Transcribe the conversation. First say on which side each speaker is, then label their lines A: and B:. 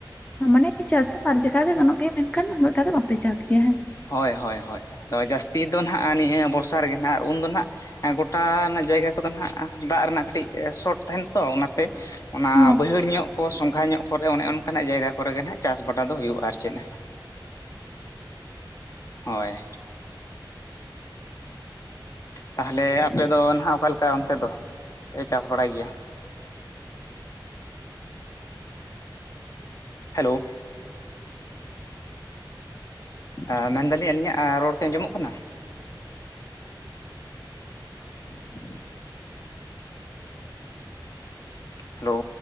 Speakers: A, on the left; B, on the left.
A: ᱢᱟᱱᱮ ᱪᱟᱥ ᱫᱚ ᱵᱟᱨ ᱪᱮᱠᱷᱟ ᱜᱮ ᱜᱟᱱᱚᱜ ᱜᱮᱭᱟ ᱢᱮᱱᱠᱷᱟᱱ ᱩᱱᱟᱹᱜ ᱴᱟ ᱫᱚ ᱵᱟᱯᱮ ᱪᱟᱥ ᱜᱮᱭᱟ ᱦᱮᱸ ᱵᱟᱝ?
B: ᱦᱳᱭ ᱦᱚᱭ ᱦᱚᱭ ᱟᱫᱚ ᱡᱟᱥᱛᱤ ᱫᱚ ᱱᱟᱦᱟᱸᱜ ᱱᱤᱭᱟᱹ ᱵᱚᱨᱥᱟ ᱨᱮᱜᱮ ᱱᱟᱦᱟᱸᱜ ᱟᱨ ᱩᱱᱫᱚ ᱱᱟᱦᱟᱸᱜ ᱜᱚᱴᱟ ᱨᱮᱱᱟᱜ ᱡᱟᱭᱜᱟ ᱠᱚᱫᱚ ᱱᱟᱦᱟᱸᱜ ᱫᱟᱜ ᱨᱮᱱᱟᱜ ᱠᱟᱹᱴᱤᱡ ᱥᱚᱴ ᱛᱮᱦᱮᱱ ᱛᱚ ᱚᱱᱟᱛᱮ ᱚᱱᱟ
A: ᱦᱚᱸ
B: ᱵᱟᱹᱭᱦᱟᱹᱲ ᱧᱚᱜ ᱠᱚ ᱥᱚᱸᱜᱷᱟ ᱧᱚᱜ ᱠᱚᱨᱮ ᱚᱱᱮ ᱚᱱᱠᱟᱱᱟᱜ ᱡᱟᱭᱜᱟ ᱠᱚᱨᱮᱜᱮ ᱱᱟᱦᱟᱸᱜ ᱪᱟᱥ ᱵᱟᱴᱟ ᱫᱚ ᱦᱩᱭᱩᱜᱼᱟ᱾ ᱟᱨ ᱪᱮᱫ ᱦᱳᱭ ᱛᱟᱦᱚᱞᱮ ᱟᱯᱮ ᱫᱚ ᱱᱟᱦᱟᱸᱜ ᱚᱠᱟᱞᱮᱠᱟ ᱚᱱᱛᱮ ᱫᱚ ᱯᱮ ᱪᱟᱥ ᱵᱟᱲᱟᱭ ᱜᱮᱭᱟ ᱦᱮᱞᱳ ᱟᱸ ᱢᱮᱱᱫᱟᱞᱤᱧ ᱟᱹᱞᱤᱧᱟᱜ ᱨᱚᱲ ᱠᱤ ᱟᱸᱡᱚᱢᱚᱜ ᱠᱟᱱᱟ? <inaudible> ᱦᱮᱞᱳ